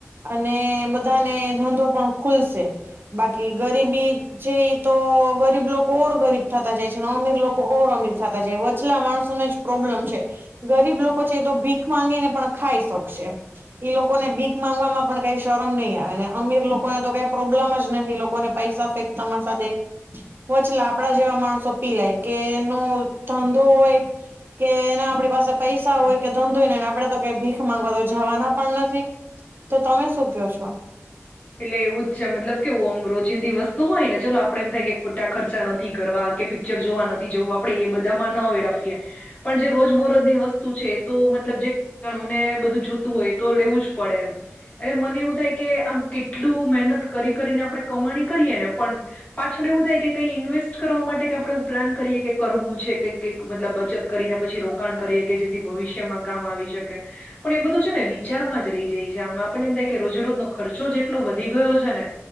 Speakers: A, on the right; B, on the left.
A: અને બધાને ધંધો પણ ખુલશે. બાકી ગરીબી છે ઈ તો ગરીબ લોકો ઓર ગરીબ થતા જાય છ અને અમીર લોકો ઓર અમીર થતા જાય, વચલા માણસોને જ પ્રોબ્લેમ છે. ગરીબ લોકો છે, એ તો ભીખ માંગીને પણ ખાઈ શકશે. ઈ લોકોને ભીખ માંગવાવામાં પણ કાઈ શરમ નહી આવે, ને અમીર લોકોને તો કાઈ પ્રોબ્લમ જ નથી, એ લોકોને પૈસા ફેંક તમાશા દેખ, વચલા લાપડા જેવા માણસો પીલાય, કે નો ધંધો હોય કે એના આપડી પાસે પૈસા હોય કે ધંધોય નહીં, અને આપડે તો કાઈ ભીખ માંગવા તો જાવાના પણ નથી. તો તમે શું ક્યો છો?
B: એટલે એવું જ છે મતલબ કે ઓમ રોજિંદી વસ્તુ હોય ને, ચલો આપડે એમ થાય કે ખોટા ખર્ચા નથી કરવા, કે પિ ક્ચર જોવા નથી જવું, આપડે એ બધામાં ન વેડફીએ પણ જે રોજબોરોજની વસ્તુ છે, તો મતલબ જે <unintelligible> ને બધું જોતું હોય તો લેવું જ પડે એમ, અને મને એવું થાય કે આમ કેટલું મહેનત કરી-કરીને આપણે કમાણી કરીએ ને, પન પાછળ એવું થાય કે કઈ ઇન્વેસ્ટ કરવા માટે કે આપણે એવું પ્લાન કરીએ કે કરવું છે કઈક કૈક, મતલબ બચત કરીને પછી રોકાણ કરીએ કે જેથી ભવિષ્યમાં કામ આવી શકે. પણ એ બધું છે ને વિચારમાં જ રહી જાય છે આમ, આપણને એમ થાય કે રોજેરોજનો ખર્ચ ચો જ એટલો વધી ગયો છે ને